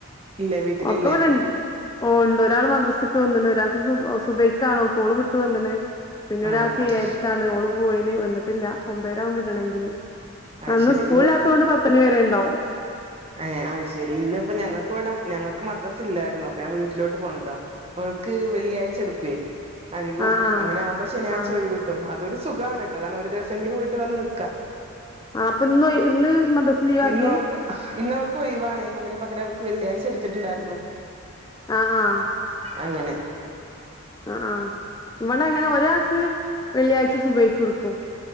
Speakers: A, on the right; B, on the left.
A: ഇല്ലേ വീട്ടിലില്ലേ
B: ഒക്കെവിടെ ഓ ണ്ട് ഒരാൾ മദ്രസ്ട്ടു വന്ന്ണ് ഒരാൾക്ക് സുഭയ്ക്കാണ് ഓള് വിട്ട് വന്ണ് പിന്ന
A: ആഹ്
B: ഒരാൾക്ക്
A: ആഹ്
B: ഏയരക്കാണ് ഓള് പോയിന് വന്നിട്ടില്ല ഒമ്പേരാകും വിടണെങ്കില്
A: അത്
B: അന്ന്
A: ശരി
B: സ്കൂളിലാതോണ്ട്
A: ഇവ
B: പത്തണി വരെ ഉണ്ടാവും
A: ഏ ആഹ് ശരി ഇന്ന് ഇപ്പ ഞങ്ങൾക്ക് ഇവിടെ ഞങ്ങൾക്ക് മദ്രസ ഇല്ലായിരുന്നു അപ്പൊ ഞാൻ വീട്ടിലോട്ട് പോന്ട്ടാ ഓൾക്ക് വെള്ളിയാഴ്ച എടുക്കെ അധികും
B: ആഹ് ആഹ്
A: അങ്ങനെ ആവുമ്പോ ശനിയാഴ്ച
B: ആഹ്
A: ഒഴിവിട്ടും അതൊരു സുഖമാണ് കട്ടോ കാരണം ഒരു ദിവസങ്കിലും വീട്ടില് വന്ന് നിക്കാ
B: ആ അപ്പൊ ഇന്ന് ഇന്ന് മദറസ്സ് ലീവ് ആക്കെ
A: ഇന്ന് അവൾക്ക് ഇന്ന് അവർക്ക് ഒയിവാണ് അതിന് പകരം അവർക്ക് വെള്ളിയാഴ്ച എടുത്തിട്ടുണ്ടായിരുന്നു
B: ആഹ്
A: അങ്ങനെ
B: ആ ആഹ് ഇവിടെ അങ്ങനെ ഒരാക്ക് വെള്ളിയാഴ്ച സുബഹിക്ക് ഇടിക്കും